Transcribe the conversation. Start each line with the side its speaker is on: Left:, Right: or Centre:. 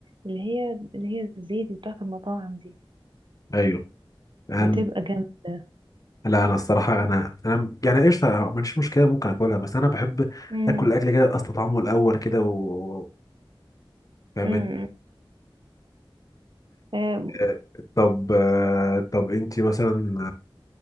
Right: اللي هي اللي هي الزيت بتاعت المطاعم دي
Left: ايوه يعني
Right: بتبقى جامده
Left: لا انا الصراحه انا انا يعني ايش ما عنديش مشكله ممكن اكلها بس انا بحب
Right: امم
Left: اكل الاكل كده استطعمه الاول كده و و- فاهماني
Right: امم آه
Left: آه، طب آه، طب انتي مثلا